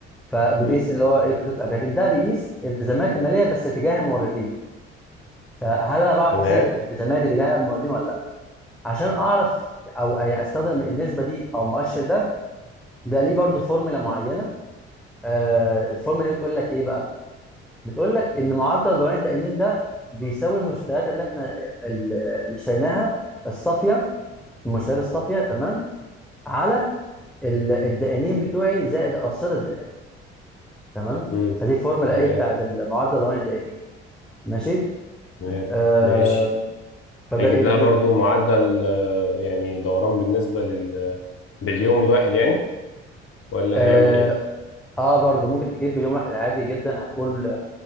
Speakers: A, in the centre; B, on the left.
A: فبتقيس
B: مم.
A: اللي هو ايه قصيره الاجل لكن ده بيقيس التزامات الماليه بس تجاه الموردين فهل انا بعرف
B: تمام
A: اسد التزاماتي تجاه الموردين ولا لا عشان اعرف او أي- استخدم النسبه دي او المؤشر ده بيبقى ليه برضو فورمولا معينه آه الفورمولا دي بتقول لك ايه بقى بتقول لك ان معدل دوران الدقيقين ده بيساوي المستويات اللي احنا ال- اللي اشتريناها الصافيه المستويات الصافيه تمام على ال- الدقيقين بتوعي زائد اقصده الدقيقين تمام
B: مم.
A: فدي فورمولا
B: تمام
A: ايه بتاعت معدل دوران الدقيقين ماشي
B: تمام
A: آه
B: ماشي
A: فده
B: هيجيب
A: ايه بالنسبه
B: لها برضو معدل آه، يعني دوران بالنسبة لل باليوم الواحد يعني ولا
A: اه,
B: هيعمل ايه
A: آه برضو ممكن تجيب باليوم واحد عادي جدا هتقول